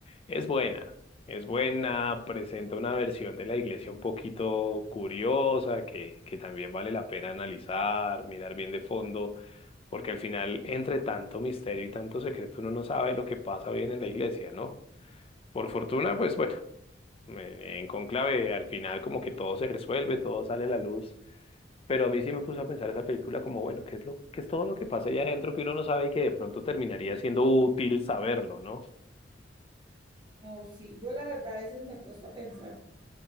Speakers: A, on the left; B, on the right.
A: Es buena, es buena, presenta una versión de la iglesia un poquito curiosa que, que también vale la pena analizar, mirar bien de fondo, porque al final, entre tanto misterio y tanto secreto, uno no sabe lo que pasa bien en la iglesia, ¿no? Por fortuna, pues bueno, en en Cónclave al final como que todo se resuelve, todo sale a la luz. Pero a mí sí me puso a pensar esa película como, bueno, ¿qué es lo, qué es todo lo que pasa allá adentro que uno no sabe y que de pronto terminaría siendo útil saberlo, ¿no?
B: No, sí, yo la verdad a veces me he puesto a pensar